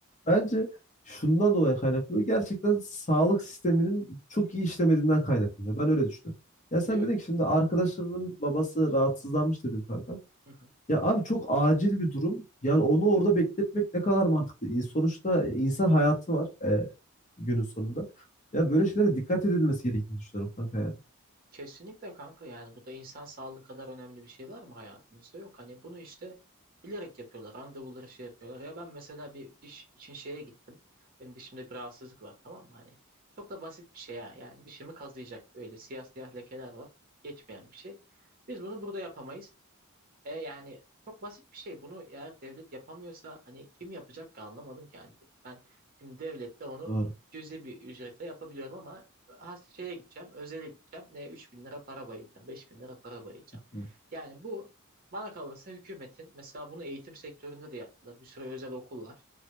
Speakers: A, on the left (about 35°); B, on the right (about 45°).
A: bence şundan dolayı kaynaklanıyor. Gerçekten sağlık sisteminin çok iyi işlemediğinden kaynaklanıyor. Ben öyle düşünüyorum. Ya sen
B: Yok.
A: dedin ki şimdi arkadaşlarının babası rahatsızlanmış dedin kanka.
B: Hı hı.
A: Ya abi çok acil bir durum. Yani onu orada bekletmek ne kadar mantıklı? İn- Sonuçta insan hayatı var e, günün sonunda. Ya böyle şeylere dikkat edilmesi gerektiğini düşünüyorum kanka yani.
B: Kesinlikle kanka yani bu da insan sağlığı kadar önemli bir şey var mı hayatımızda? Yok hani bunu işte bilerek yapıyorlar. Randevuları şey yapıyorlar. Ya ben mesela bir diş için şeye gittim. Benim dişimde bir rahatsızlık var tamam mı? Hani çok da basit bir şey ya. Yani dişimi kazıyacak böyle siyah siyah lekeler var. Geçmeyen bir şey. Biz bunu burada yapamayız. E yani çok basit bir şey. Bunu eğer devlet yapamıyorsa hani kim yapacak ki anlamadım kendi. Ben şimdi devlette onu
A: Doğru.
B: cüzi bir ücretle yapabiliyorum ama has şeye gideceğim, özele gideceğim. Ne 3000 lira para bayılacağım, 5000 lira para bayılacağım.
A: Hı.
B: Yani bu bana kalırsa hükümetin mesela bunu eğitim sektöründe de yaptılar. Bir sürü özel okul var.